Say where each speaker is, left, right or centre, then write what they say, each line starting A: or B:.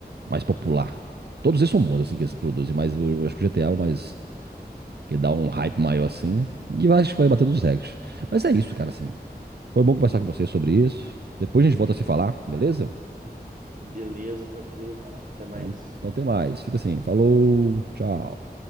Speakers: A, on the right; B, on the right.
A: mais popular. Todos eles são bons, assim, que eles produzem, mas eu eu acho que o GTA é o mais que dá um hype maior assim. E eu acho que vai bater todos os recordes. Mas é isso, cara, assim. Foi bom conversar com você sobre isso. Depois a gente volta a se falar, beleza?
B: Beleza, tranquilo, cara. Até mais.
A: Então, então até mais. Fica assim. Falou, tchau.